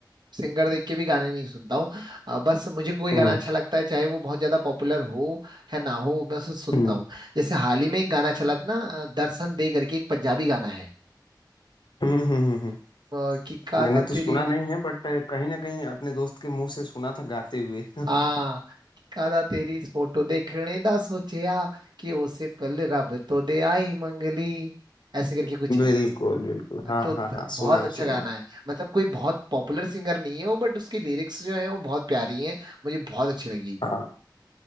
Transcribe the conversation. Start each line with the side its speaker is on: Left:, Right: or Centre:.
Right: सिंगर देख के भी गाने नहीं सुनता हूँ आ, बस मुझे कोई
Left: हम्म
Right: गाना अच्छा लगता है चाहे वो बहुत ज्यादा पॉपुलर हो है ना हो मैं उसे सुनता
Left: हम्म
Right: हूँ जैसे हाल ही में एक गाना चला था ना आ, दर्शन दे करके एक पंजाबी गाना है
Left: हम्म हम्म हम्म, हम्म।
Right: ਵਾਹ ਕੀ ਕਾਦਾ
Left: मैंने तो
Right: ਤੇਰੀ
Left: सुना नहीं है बट कहीं ना कहीं अपने दोस्त के मुंह से सुना था गाते हुए <laughs>
Right: ਹਾਂ ਕੀ ਕਾਦਾ ਤੇਰੀ ਇਸ ਫੋਟੋ ਦੇਖਣੇ ਦਾ ਸੋਚਿਆ ਕਿ ਉਸੇ ਪਹਿਲੇ ਰੱਬ ਤੋਂ ਦਿਆਈ ਮੰਗ ਲਈ ऐसे करके कुछ
Left: बिल्कुल
Right: है
Left: बिल्कुल हाँ
Right: तो त-
Left: हाँ हाँ
Right: बहुत
Left: सुनाओ
Right: अच्छा
Left: सुनाओ
Right: गाना है मतलब कोई बहुत पॉपुलर सिंगर नहीं है वो बट उसकी लिरिक्स जो है वो बहुत प्यारी हैं मुझे बहुत अच्छी लगी
Left: हाँ